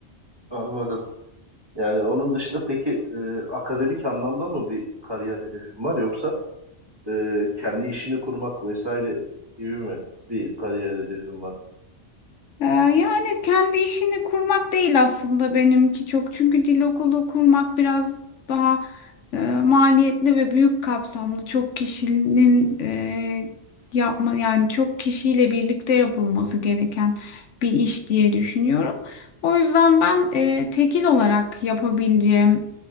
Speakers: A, on the right (about 20°); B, on the left (about 80°).
A: Anladım. Yani onun dışında peki e, akademik anlamda mı bir kariyer hedefin var yoksa e, kendi işini kurmak vesaire gibi mi bir kariyer hedefin var?
B: Ee, Yani kendi işini kurmak değil aslında benimki çok. Çünkü dil okulu kurmak biraz daha e, maliyetli ve büyük kapsamlı. Çok kişinin e, yapma yani çok kişiyle birlikte yapılması gereken bir iş diye düşünüyorum. O yüzden ben e, tekil olarak yapabileceğim